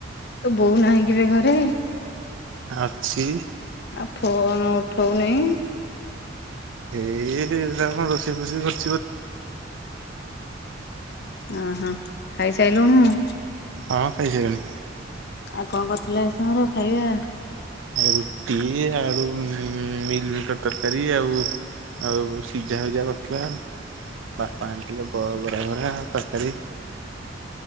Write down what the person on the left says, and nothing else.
ତ ବୋଉ ନାହିଁ କିବେ ଘରେ?
ଆଉ ଫୋନ୍‌ ଉଠଉ ନେଇ।
ଅହୋ ଖାଇସାଇଲୁଣୁ?
ଆଉ କଣ କରୁଥିଲେ ତମର ଖାଇବା?